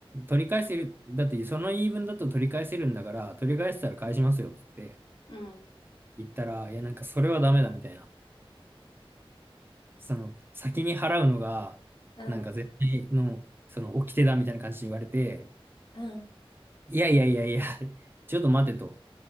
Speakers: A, on the right; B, on the left.
A: 取り返せる、だってその言い分だと取り返せるんだから、取り返せたら返しますよ、って言って
B: うん、
A: 言ったら、いや、なんかそれはダメだ、みたいな。その、先に払うのが、
B: うん、
A: なんか絶対の、その、掟だみたいな感じに言われて、
B: うん、
A: いやいやいやいや、<laughs> ちょっと待てと、